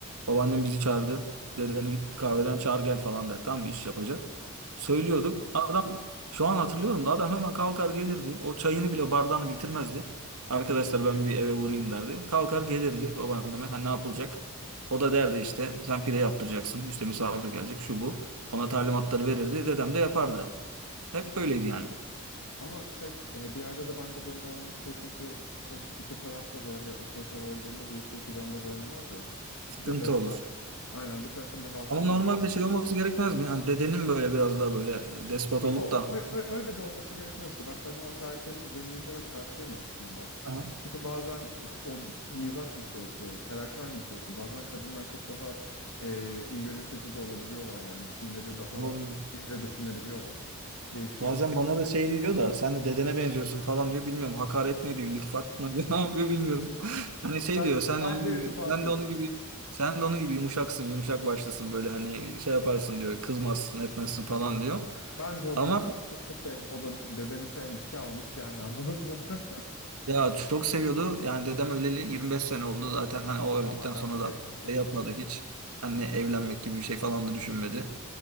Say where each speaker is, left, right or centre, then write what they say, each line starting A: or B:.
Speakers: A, on the right (about 85°); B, on the left (about 85°).
A: Babaannem bizi çağırdı. Dedeni git kahveden çağır gel falan der. Tamam mı? iş yapacak. Söylüyorduk. Adam şu an hatırlıyorum da adam hemen kalkar gelirdi. O çayını bile bardağını bitirmezdi. Arkadaşlar ben bir eve uğrayayım derdi. Kalkar gelirdi babaanneme. Ha, ne yapılacak? O da derdi işte sen pide yaptıracaksın. İşte misafir gelecek şu bu. Ona talimatları verirdi. Dedem de yapardı. Hep böyleydi yani.
B: Ama şey e, bir yerde de bence böyle olması iyi çünkü şey iki tarafta böyle otoriter olduğunda bir ipte iki cambaz oynamaz ya.
A: Sıkıntı
B: Bir tarafın
A: olur.
B: daha aynen bir tarafın daha alttan
A: Ama normalde
B: alıyor olması
A: şey olması
B: lazım
A: gerekmez
B: zaten.
A: mi? Hani dedenin böyle biraz daha böyle despot
B: Yo
A: olup da.
B: ö- ö- öyle de olması gerekmez işte. Bak ben o ataerkil zihniyete de karşıyım aslında.
A: Aha.
B: Çünkü bazen e, o mizaç meselesi, karakter meselesi bazen kadınlar çok daha e, iyi yönetici de olabiliyorlar yani bir şeyleri daha
A: Olabilir.
B: ince düşünebiliyorlar. Değişir
A: Bazen
B: o.
A: bana da şey diyor da sen de dedene benziyorsun falan diyor. Bilmiyorum hakaret mi ediyor, iltifat mı ediyor, <laughs> ne yapıyor bilmiyorum. <laughs> Hani şey
B: Ben,
A: diyor sen
B: bence
A: de onun gibi
B: irtifattır.
A: sen de onun gibi sen de onun gibi yumuşaksın, yumuşak başlısın böyle hani şey yaparsın diyor. Kızmazsın, etmezsin falan diyor.
B: Bence o
A: Ama
B: bir ihtimal çünkü şey o da dedeni sevmiş ki almış yani anladın mı? <laughs>
A: ya çok seviyordu. Yani dedem öleli 25 sene oldu zaten. Hani o öldükten
B: Allah rahmet
A: sonra da
B: eylesin.
A: şey yapmadı hiç. Anne evlenmek gibi bir şey falan da düşünmedi.